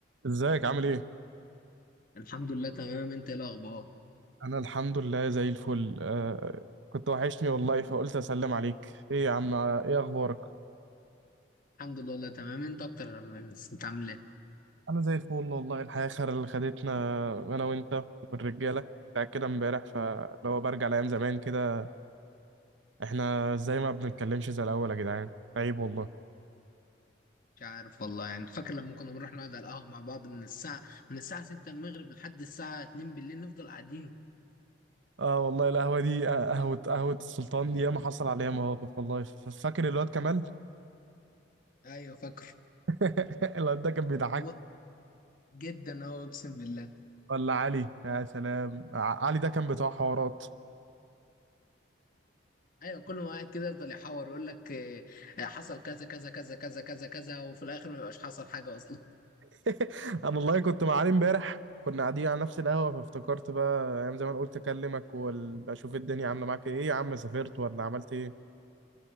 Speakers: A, on the right; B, on the left.
A: ازيك عامل ايه؟
B: الحمد لله تمام انت ايه الاخبار
A: انا الحمد لله زي الفل آه كنت وحشني والله فقلت اسلم عليك ايه يا عم ايه اخبارك؟
B: الحمد لله والله تمام انت اكتر من انت عامل ايه
A: انا زي الفل والله الحياة خير اللي خدتنا انا وانت والرجالة بتاع كده امبارح فلو برجع لايام زمان كده احنا ازاي ما بنتكلمش زي الاول يا جدعان عيب والله
B: مش عارف والله يعني فاكر لما كنا بنروح نقعد على القهوه مع بعض من الساعه من الساعه 6 المغرب لحد الساعه 2 بالليل نفضل قاعدين
A: اه والله القهوة دي آه، قهوة قهوة السلطان دي ياما حصل عليها مواقف والله ف- فاكر الواد كمال؟
B: ايوه فاكر
A: <laughs> الواد ده كان بيضحك
B: كان مط جدا هو اقسم بالله
A: ولا علي يا سلام ع- علي ده كان بتاع حوارات
B: ايوه كل ما قاعد كده يفضل يحور يقول لك اه، حصل كذا كذا كذا كذا كذا كذا وفي الاخر ما يبقاش حصل حاجه اصلا
A: <laughs> انا والله كنت مع علي امبارح كنا قاعدين على نفس القهوه فافتكرت بقى ايام زمان قلت اكلمك واشوف الدنيا عامله معاك ايه يا عم سافرت ولا عملت ايه